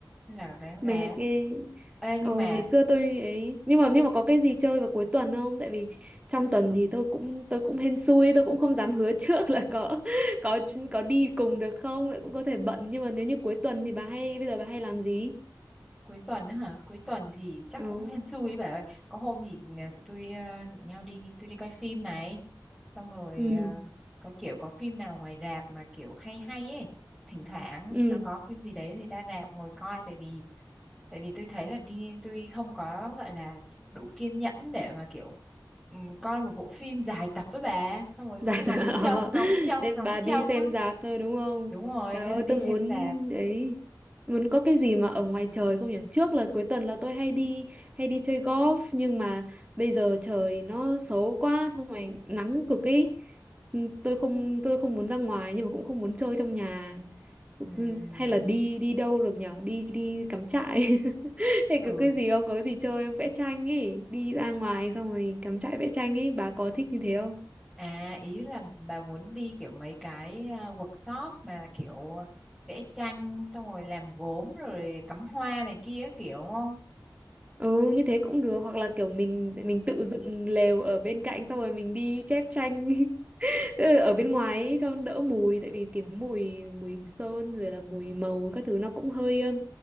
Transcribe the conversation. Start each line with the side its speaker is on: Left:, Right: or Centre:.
Centre: nên là ráng ráng
Right: mệt ghê
Centre: Ê, nhưng
Right: ồ
Centre: mà
Right: ngày xưa tôi ấy nhưng mà nhưng mà có cái gì chơi vào cuối tuần không tại vì trong tuần thì tôi cũng tôi cũng hên xui tôi cũng không dám hứa <laughs> trước là có <laughs> có có đi cùng được không lại cũng có thể bận nhưng mà nếu như cuối tuần thì bà hay bây giờ bà hay làm gì
Centre: cuối tuần á hả cuối tuần thì chắc
Right: ừ
Centre: cũng hên xui ấy bà ơi có hôm thì à, tụi tôi à, rủ nhau đi tôi đi coi phim này xong rồi
Right: ừ
Centre: à, có kiểu có phim nào ngoài rạp mà kiểu hay hay ấy thỉnh thoảng
Right: ừ
Centre: nó có phim gì đấy thì ra rạp ngồi coi tại vì tại vì tôi thấy là đi tôi không có gọi là đủ kiên nhẫn để mà kiểu ừm, coi một bộ phim dài tập với bà xong rồi
Right: Dạ
Centre: cứ ngóng
Right: <laughs> ờ,
Centre: trông ngóng trông
Right: nên
Centre: ngóng
Right: bà đi
Centre: trông
Right: xem
Centre: á
Right: rạp thôi đúng không?
Centre: đúng rồi
Right: Trời
Centre: nên là
Right: ơi
Centre: đi
Right: tôi
Centre: xem
Right: muốn
Centre: rạp
Right: ấy muốn có cái gì mà ở ngoài trời không nhỉ? Trước là cuối tuần là tôi hay đi hay đi chơi golf nhưng mà bây giờ trời nó xấu quá xong rồi nắng cực ấy. Ừ, Tôi không tôi không muốn ra ngoài nhưng mà cũng không muốn chơi trong nhà.
Centre: Ừm,
Right: Ừ, Hay là đi đi đâu được nhỉ? Đi đi cắm trại. <laughs> Hay
Centre: ừ
Right: có cái gì không? Có cái gì chơi không? Vẽ tranh ấy, đi ra ngoài xong rồi cắm trại vẽ tranh ấy, bà có thích như thế không?
Centre: À ý là bà muốn đi kiểu mấy cái à, workshop mà kiểu vẽ tranh xong rồi làm gốm rồi cắm hoa này kia kiểu đúng không?
Right: Ừ như thế cũng được hoặc là kiểu mình mình tự dựng lều ở bên cạnh xong rồi mình đi chép tranh <laughs> Tức là ở bên ngoài ấy, cho đỡ mùi tại vì cái mùi mùi sơn rồi là mùi màu các thứ nó cũng hơi ờ,